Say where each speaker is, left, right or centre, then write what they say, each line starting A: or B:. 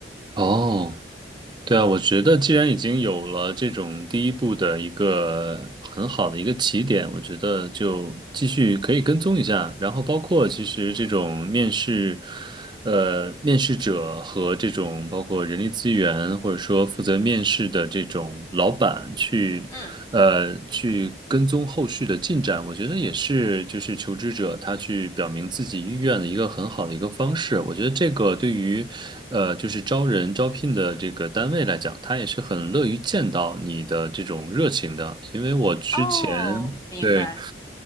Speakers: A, on the right; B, on the left.
A: 哦，对啊，我觉得既然已经有了这种第一步的一个很好的一个起点，我觉得就继续可以跟踪一下，然后包括其实这种面试。呃，面试者和这种包括人力资源或者说负责面试的这种老板去，
B: 嗯，
A: 呃，去跟踪后续的进展，我觉得也是就是求职者他去表明自己意愿的一个很好的一个方式。我觉得这个对于，呃，就是招人招聘的这个单位来讲，他也是很乐于见到你的这种热情的，因为我之前。
B: 哦，明白
A: 对。